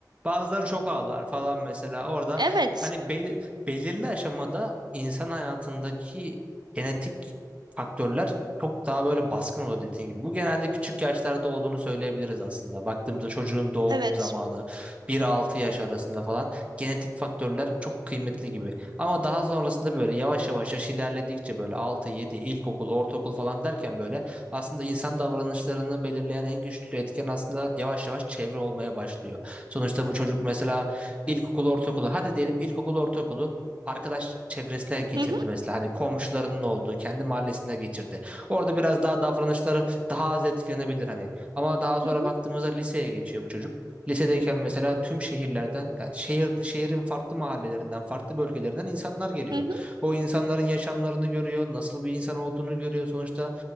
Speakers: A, on the right; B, on the right.
A: Bazıları çok ağlar falan mesela. Orada
B: Evet,
A: hani bel- belirli aşamada insan hayatındaki genetik faktörler çok daha böyle baskın oluyor dediğin gibi. Bu genelde küçük yaşlarda olduğunu söyleyebiliriz aslında. Baktığımızda çocuğun doğum
B: evet.
A: zamanı bir altı yaş arasında falan genetik faktörler çok kıymetli gibi. Ama daha sonrasında böyle yavaş yavaş yaş ilerledikçe böyle 6-7 ilkokul, ortaokul falan derken böyle aslında insan davranışlarını belirleyen en güçlü etken aslında yavaş yavaş çevre olmaya başlıyor. Sonuçta bu çocuk mesela ilkokulu, ortaokulu, hadi diyelim ilkokulu, ortaokulu arkadaş çevresine geçirdi
B: Hı hı,
A: mesela hani komşularının olduğu kendi mahallesine geçirdi. Orada biraz daha davranışları daha az etkilenebilir hani. Ama daha sonra
B: hı hı,
A: baktığımızda liseye geçiyor bu çocuk. Lisedeyken mesela tüm şehirlerden, yani şehir, şehrin farklı mahallelerinden, farklı bölgelerinden insanlar geliyor.
B: hı hı.
A: O insanların yaşamlarını görüyor, nasıl bir insan olduğunu görüyor. Sonuçta